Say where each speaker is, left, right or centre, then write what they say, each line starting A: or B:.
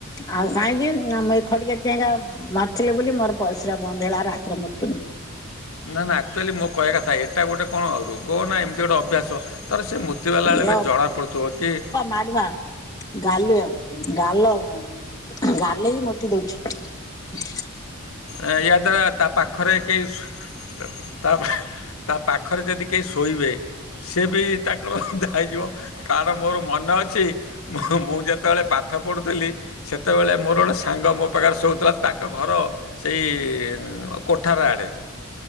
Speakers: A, on the left; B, on the left.
A: ଆଉ କାହିଁକି ନା ମୁଁ ଏଇ ଖଡିକା ଚେଞ୍ଜହବ। ମାରିଥିଲେ ବୋଲି ମୋର ପରିସ୍ରା ବନ୍ଦ ହେଲା। ଆଉ ରାତିରେ ମୁତୁନି।
B: ନା ନା ଆକ୍ଚୁଆଲି ମୋ କଇଆ କଥା। ଏଟା ଗୋଟେ କଣ ରୋଗ ନା ଏମତି ଗୋଟେ ଅଭ୍ୟାସ। ତାର ସେ ମୁତିବାଲା ବେଳେ
A: ଇଏ
B: ଏବେ ଜଣାପଡ଼ୁଥିବ କି?
A: ମାଡୁଆ। ଗାଲି ଆଉ ଗାଲ କଣ? ଗାଲେଇକି ମୁତି ଦୋଉଛି।
B: ଏହାଦ୍ୱାରା ତା ପାଖରେ କେହି ଶୁ ତା ପା ହେଁ ତା ପାଖରେ ଯେଦି କେହି ଶୋଇବେ ସେ ବି ତାଙ୍କର ଓଦା ହେଇଯିବ କାର ମୋର ମନ ଅଛି ମୁଁହୁଁ ମୁଁ ଯେତେବେଳେ ପାଠ ପଢ଼ୁଥିଲି। ସେତେବେଳେ ମୋର ଗୋଟେ ସାଙ୍ଗ ମୋ ପାଖେରେ ଶୋଉଥିଲା। ତା ଙ୍କ ଘର ସେଇ ଇ ଇ ଉଁ କୋଠାର ଆଡ଼େ।